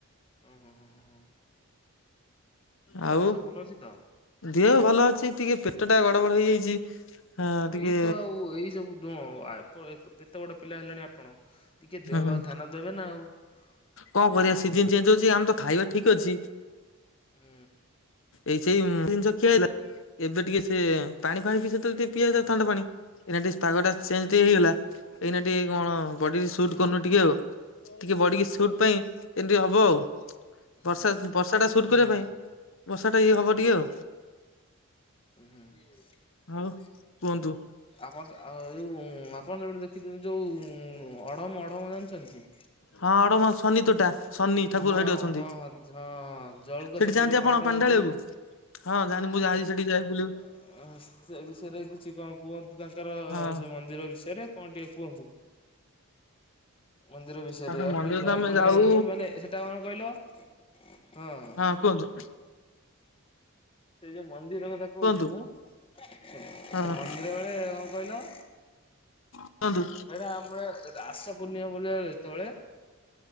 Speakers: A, on the left (about 25°); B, on the left (about 60°).
A: ହୁଁ ହୁଁ ହୁଁ ହୁଁ। ଦେହ
B: ଆଉ
A: ପା ସବୁ ଭଲ ଅଛି ତ?
B: ଦେହ ଭଲ ଅଛି ଟିକେ ପେଟ ଟା ଗଡ଼ ବଡ଼ ହେଇଯାଇଛି। ହଁ ଟିକେ
A: ଏଇତ ଆଉ ଏଇ ସବୁୁ <unintelligible> କେତେ ବଡ଼ ପିଲା ହେଲେଣି ଆପଣ। ଟିକେ ଦେହ
B: ହୁଁ
A: ପା କୁ ଧ୍ୟାନ ଦେବେ ନା ଆଉ।
B: କଣ
A: ବୁଝିଲେ
B: କରିବା ସିଜନ୍ ଚେଞ୍ଜ ହଉଛି ଆମେ ତ ଖାଇବା ଠିକ୍ ଅଛି।
A: ହୁଁ।
B: ଏଇ ସେଇ ଜିନିଷ ଖିଆ ହେଲା ଏବେ ଟିକେ ସେ ପାଣି ଫାଣି ପି ସେ <unintelligible>
A: ହଁ
B: ଥଣ୍ଡା ପାଣି <unintelligible> ପାଗ ଟା ଚେଞ୍ଜ ହେଇଗଲା
A: ହଁ।
B: ଏଇନା ଟିକେ କଣ ବଡ଼ି କି ସୁଟ୍
A: ହଁ
B: କରୁନି ଟିକେ ଆଉ। ଟିକେ ବଡି଼ କି ସୁଟ୍ ପାଇଁ ଏମିତି
A: ହଁ
B: ହବ ଆଉ
A: ହୁଁ।
B: ବର୍ଷା ବର୍ଷା ଟା ସୁଟ୍
A: ହୁଁ
B: କରିବା ପାଇଁ ବର୍ଷା ଟା ଇଏ ହବ ଟିକେ ଆଉ।
A: ହୁଁ ହୁଁ
B: ଆଉ କୁହନ୍ତୁ।
A: ଆପଣ ଆ ଯୋଉ ଆପଣ <unintelligible> ରଖିଛନ୍ତି ଯୋଉ ଅଢମ ଅଢମ ଜାଣିଛନ୍ତି?
B: ହଁ ଆଡମସ ଶନି ତୋଟା ଶନି ଠାକୁର
A: ହଁ
B: ସେଇଠି ଅଛନ୍ତି,
A: ହଁ ହଁ ହଁ ଜଳୁକା
B: ସେଠି
A: ସେପଟେ
B: ଯାଆନ୍ତି
A: ଯୋଉ
B: ଆପଣ
A: ପାହାଡ
B: ପାଣି
A: ଜାଣିଛନ୍ତି?
B: ଢାଳିଆକୁ? ହଁ ଜାଣ ମୁଁ ଯାଇ ସେଠି ଯାଏ ବୁଲି ଆକୁ।
A: ଅ ସେ ବିଷୟରେ କିଛି କଣ କୁହନ୍ତୁ ତାଙ୍କର
B: ହଁ।
A: ସେ ମନ୍ଦିର ବିଷୟରେ କଣ ଟିକେ କୁହନ୍ତୁ? ମନ୍ଦିର ବିଷୟରେ
B: ଆଉ ସେ
A: ରକି
B: ମନ୍ଦିର
A: ଯାଏ
B: ତ ଆମେ
A: ମାନେ
B: ଯାଉ
A: ମାନେ। ସେଟା ମାନେ କଣ କହିଲ ହଁ।
B: ହଁ କୁହନ୍ତୁ?
A: ସେଇ ଯୋଉ ମନ୍ଦିର କଥା କହୁଛି
B: କୁହନ୍ତୁ
A: ମୁଁ ସେ
B: ହଁ
A: ମନ୍ଦିର ବେଳେ କଣ କହିଲ?
B: କୁହନ୍ତୁ?
A: ସେଇଟା ଆମ ରାସ ପୂର୍ଣ୍ଣିମା ପଡିବ ଯେତେବେଳେ।